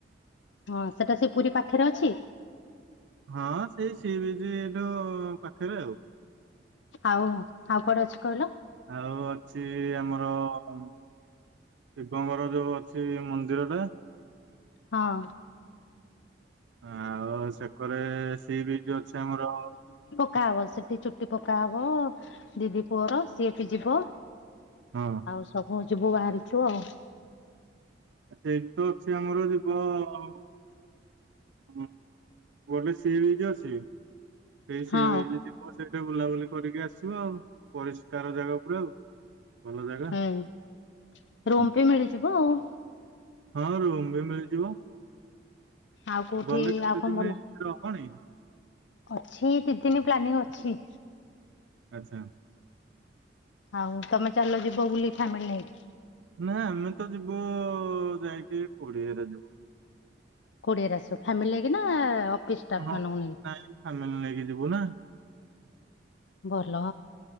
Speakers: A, on the left; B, on the right.
A: ହଁ ସେଟା ସେ ପୁରୀ ପାଖରେ ଅଛି?
B: ହଁ ସେଇ ସି ବିଚ୍ ଠୁ ପାଖରେ ଆଉ।
A: ଆଉ ଆଉ କୁଆଡ଼େ ଅଛି କହିଲ।
B: ଆଉ ଅଛି ଆମର ଶିବଙ୍କର ଯୋଉ ଅଛି ମନ୍ଦିରଟା।
A: ହଁ।
B: ଅଁ ଆଉ ସେ କରେ ସି ବିଚ୍ ଅଛି ଆମର
A: କା ହବ ସେଠି ଚୁଟି ପକା ହବ ଦିଦି ପୁଅର ସିଏ ବି ଯିବ।
B: ହଁ
A: ଆଉ ସବୁ ଯିବୁ ବାହାରିଛୁ ଆଉ।
B: ସେଇଠି ତ ଛି ଆମର ଯିବ ଆଉ ହଁ। ମୁଁ ଅଲି ସି ବିଚ୍ ଅଛି। ସେଇ ସି
A: ହଁ
B: ବିଚ୍ ଯିବ ସେଇ ଲା ବୁଲାବୁଲି କରିକି ଆସିବ ଆଉ ପରିଷ୍କାର ଜାଗା ପୁରା ଆଉ। ଭଲ ଜାଗା
A: ହୁଁ ରୁମ୍
B: ହୁଁ।
A: ପି ମିଳିଯିବ ଆଉ।
B: ହଁ ରୁମ ବି ମିଳିଯିବ।
A: ଆଉ କୋଉଠି
B: ଗଲେ କେତେ
A: ଆଉ କଣ
B: ଦିନି
A: ଭଲ
B: ରହଣି?
A: ଅଛି କି ଦିନି ପ୍ଲାନିଂ ଅଛି।
B: ଆଚ୍ଛା।
A: ଆଉ ତମେ ଚାଲ ଯିବ ବୁଲି ଫ୍ୟାମିଲି ନେଇକି।
B: ନାଁ ଆମେ ତ ଯିବୁ ଯାଇକି କୋଡିଏରେ ଯିବୁ।
A: କୋଡିଏରେ ଆସିଅ ଫ୍ୟାମିଲି ନେଇକି ନାଁ ଅଫିସ ଷ୍ଟାଫ୍
B: ହଁ
A: ମାନଙ୍କୁ ନେଇକି?
B: ନାଇଁ ଫ୍ୟାମିଲି ନେଇକି ଯିବୁ ନା।
A: ଭଲ।